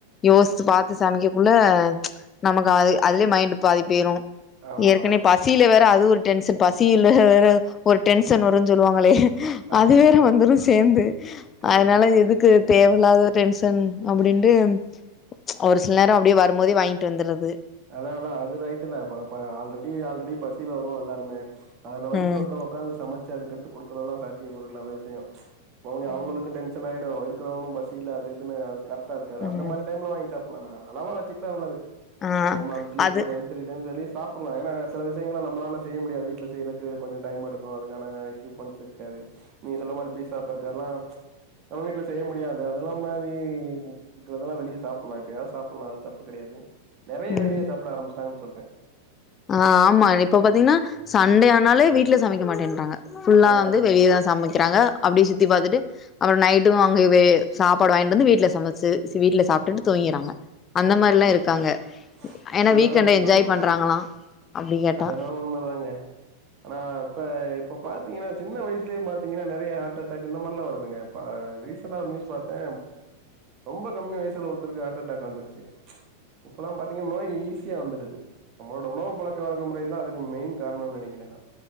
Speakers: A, on the left; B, on the right.
A: யோசிச்சி பாத்து சமைக்ககுள்ள நமக்கு அது அதுலயே மைண்ட் பாதி போயிரு
B: ஆமா
A: ஏற்கனே
B: ஆமா
A: பசியில வேற அது ஒரு டென்ஷன் பசியில வேற ஒரு டென்ஷன் வரும்ன்னு சொல்லுவாங்களே அது
B: ஆமா
A: வேற
B: ஆமா
A: வந்துடு சேர்ந்து
B: கண்டிப்பாங்க
A: அதனால எது க்கு தேவையில்லாத டென்ஷன் அப்டின்ட்டு ம்ச் ஒரு சில நேரம் அப்டியே வரு போதே வாங்கிட்டு வந்துறது
B: அதா அதா அது ரைட்டு தா இப்ப இப்ப ஆல்ரெடி ஆல்ரெடி பசியில வருவோ எல்லாருமே அதுல வந்துட்டு
A: ம்
B: ஒருத்தவ உட்காந்து சமைச்சு அதுக்கேந்து கொடுக்குறதெல்லா சாத்திய பொருயில்லாத விஷய போங்க
A: ம்
B: அவங்களுக்கு டன்ஷன் ஆயிடு இருக்கவங்களு பசியில அது இதுன்னு அ கெரட்ட இருகாது
A: ம்
B: அந்த மாதிரி டைம்ல வாங்கி சாப் எல்லாமே அலவா வச்சுக்கிட்டா நல்லது
A: ஆ
B: ஒரு மந்த்லி
A: அது
B: டூ டைம் திரீ டைம்ஸ் வெளிய சாப்பிட்லா ஏனா சில விஷயங்கள நம்மலால செய்ய முடியாது வீட்டுல செய்யறதுக்கு கொஞ்சோ டைம்யேடுத்து இப்போ அதுக்கான எக்யூப்மெண்ட்ஸ் இருக்காது நீங்க சொன்ன மாரி பிசா பர்க்கர்லா நம்ம வீட்டுல செய்ய முடியது அதெல்லா மாரி இருக்கறதெல்லா வெளியே சாப்பிட்லா எப்பயாது சாப்பிடலா அது தப்பு கிடையாது நெறையா
A: ம்
B: வெளிய சாப்பிட ஆரம்பிச்சுடாங்கன்னு சொல்றே
A: ஆ ஆமா இப்ப பாத்தீங்கன்னா சண்டே ஆனாலே வீடல சமைக்க மாட்டேன்றாங்க ஃபுல்லா
B: அதா
A: வந்து
B: அதா
A: வெளியேதா
B: அதா
A: சமைக்கிறாங்க அப்டியே சுத்தி பாத்துட்டு அப்புரோ நைட்டு அங்கயவே சாப்பாடு வாங்கிட்டு வந்து வீட்டுல சமைச்சு வீட்டுல சாப்பிட்டுட்டு தூங்கிறாங்க அந்த
B: ஆமா
A: மாரி எல்லா
B: ஆமா
A: இருக்காங்க
B: கண்டிப்பா
A: ஏன்னா
B: ஃபுல்லாவே
A: வீக்கண்ட
B: அப்டிதா
A: என்ஜாய்
B: ம்
A: பண்றாங்களா அப்டி கேட்டா
B: அது எண்ணமோ உண்மதாங்க ஆனா இப்ப இப்ப பாத்தீங்கன்னா சின்ன வயசுலயே பாத்தீங்கன்னா நெறையா ஹெர்ட் அட்டாக் இந்த மாரிலா வருதுங்க இப்ப ரீசன நியூஸ் பாத்தே ரொம்ப கம்மி வயசு ல ஒருத்தருக்கு ஹெர்ட் அட்டாக் வந்துருச்சு ம்ச் இப்பயெல்லா பாத்தீங்க நோய் ஈஸியா வந்துடுது நம்ளோட உணவு பழக்கவழக்க முறைதா அதுக்கு மெயின் காரணம்னு நெனைக்கிற நா